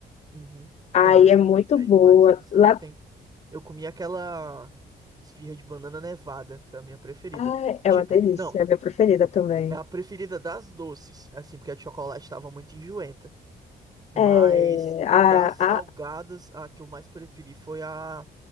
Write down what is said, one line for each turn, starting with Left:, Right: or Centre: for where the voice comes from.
Right: Uhum.
Left: Aí
Right: Não, mas
Left: é muito
Right: aí é
Left: boa.
Right: demais. Eles só
Left: Lá...
Right: tem. Eu comi aquela esfirra de banana nevada. Foi a minha preferida.
Left: Ai,
Right: Tipo,
Left: é uma delícia,
Right: não,
Left: é a minha preferida também.
Right: é a preferida das doces. Assim, porque a de chocolate tava muito enjoenta. Mas
Left: É, a,
Right: das salgadas,
Left: a,
Right: a que eu mais preferi foi a,